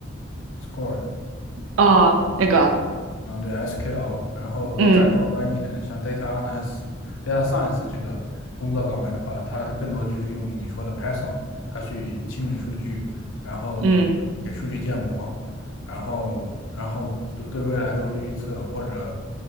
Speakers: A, on the left; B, on the right.
A: Score，
B: 哦，那个
A: 啊，对 SQL，然后再高端一点的，
B: 嗯
A: 像 Data Analyst、Data Science 这个工作岗位的话，它更多就是用你说的 Python，它去清理数据，然后给数据建模，
B: 嗯。
A: 然后然后对对未来做出预测或者